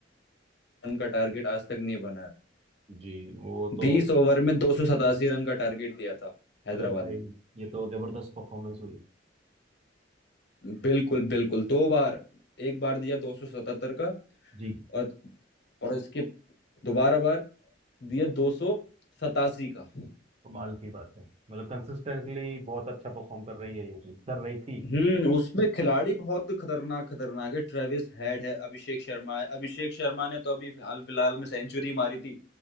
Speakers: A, on the left; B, on the right.
A: रन का टारगेट आज तक नहीं बना है
B: जी वो तो
A: बीस ओवर में दो सौ सतासी रन का टारगेट दिया था हैदराबाद
B: अरे भाई
A: ने
B: ये तो जबरदस्त परफॉर्मेंस हुई
A: बिल्कुल बिल्कुल दो बार एक बार दिया दो सौ सतहत्तर का
B: जी
A: और और उसके दोबारा बार दिया दो सौ सतासी का
B: कमाल की बात है मतलब कंसिस्टेंटली बहुत अच्छा परफॉर्म कर रही है ये टीम कर रही थी
A: हम्म उसमें खिलाड़ी बहुत खतरनाक खतरनाक है ट्रेविस हेड है अभिषेक शर्मा है अभिषेक शर्मा ने तो अभी हाल फिलहाल में सेंचुरी मारी थी